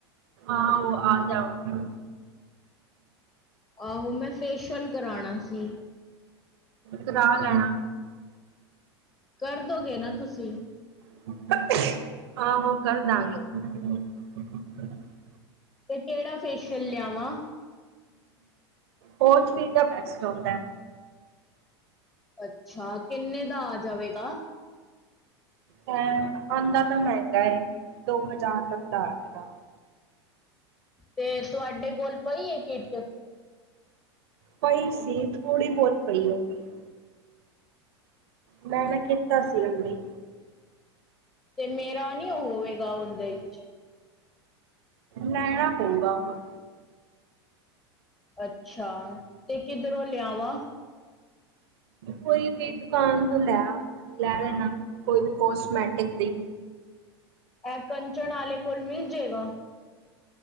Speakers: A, on the right (about 65°); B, on the left (about 20°).
A: ਆਹੋ ਆ ਜਾਂਵਾਗੀ।
B: ਆਹੋ ਮੈਂ ਫੇਸ਼ਅਲ ਕਰਾਣਾ ਸੀ।
A: ਕਰਾ ਲੈਣਾ।
B: ਕਰਦੋਗੇ ਨਾ ਤੁਸੀਂ?
A: <unintelligible> ਆਹੋ ਕਰਦਾਾਂਗੇ। <unintelligible>
B: ਤੇ ਕਿਹੜਾ ਫੇਸ਼ੀਅਲ ਲਿਆਵਾਂ?
A: ਓ-ਥਰੀ ਦਾ ਬੈਸਟ ਹੁੰਂਦੈ।
B: ਅੱਛਾ, ਕਿੰਨੇ ਦਾ ਆ ਜਾਵੇਗਾ?
A: ਹੈਂ ਆਉਂਦਾ ਤਾਂ ਮਹਿੰਗਾ ਏ, ਦੋ-ਹਜ਼ਾਰ ਤੱਕ ਦਾ ਆਜੇਗਾ।
B: ਤੇ ਤੁਹਾਡੇ ਕੋਲ ਪਈ ਏ ਕਿੱਟ?
A: ਪਈ ਸੀ, ਥੋੜ੍ਹੀ-ਬਹੁਤ ਪਈ ਹੋਣੀ ਐ। ਮੈਂ ਨਾ ਕੀਤਾ ਸੀਗਾ ਹੁਣੀ
B: ਤੇ ਮੇਰਾ ਨਈਓ ਹੋਵੇਗਾ ਉਹਦੇ ਵਿਚ
A: ਲੈਣਾ ਪਊਗਾ ਹੋਰ
B: ਅੱਛਾ, ਤੇ ਕਿੱਧਰੋਂ ਲਿਆਵਾਂ?
A: ਕੋਈ ਵੀ ਦੁਕਾਨ ਤੋਂ ਲੈ ਆ। ਲੈ ਲੈਣਾ, ਕੋਈ ਵੀ ਕੋਸਟਮੈਟਿਕ ਦੀ
B: ਐ ਕੰਚਣ ਆਲੇ ਕੋਲ ਮਿਲ ਜੇਗਾ?